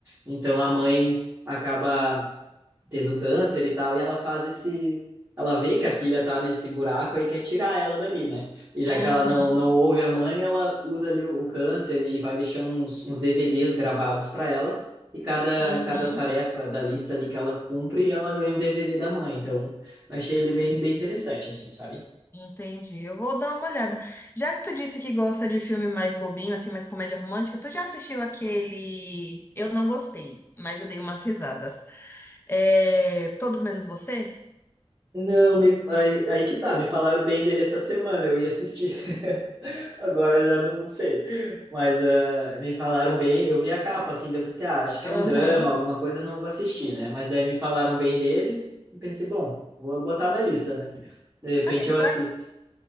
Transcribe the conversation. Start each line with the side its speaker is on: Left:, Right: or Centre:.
Right: Então a mãe acaba tendo câncer e tal, e ela faz esse. Ela vê que a filha tá nesse buraco aí quer tirar ela dali, né? E já
Left: Uhum.
Right: que ela não, não ouve a mãe, ela usa ali o, o câncer e vai deixando uns, uns DVDs gravados para ela. E cada,
Left: Uhum.
Right: cada tarefa da lista ali que ela cumpre, ela ganha um DVD da mãe. Então, achei ele bem, bem interessante, assim, sabe?
Left: Entendi. Eu vou dar uma olhada. Já que tu disse que gosta de filme mais bobinho, assim, mais comédia romântica, tu já assistiu aquele. Eu não gostei, mas eu dei umas risadas. É... Todos menos você?
Right: Não, me- aí, aí que tá, me falaram bem dele essa semana, eu ia assistir, <laughs> agora já não, não sei, mas ah, me falaram bem, eu vi a capa, assim, daí eu pensei, ah, acho que
Left: Aham.
Right: é um drama, alguma coisa, não vou assistir, né, mas daí me falaram bem dele, e pensei, bom, vou botar na lista, né, de repente
Left: Assim,
Right: eu
Left: pra
Right: assisto.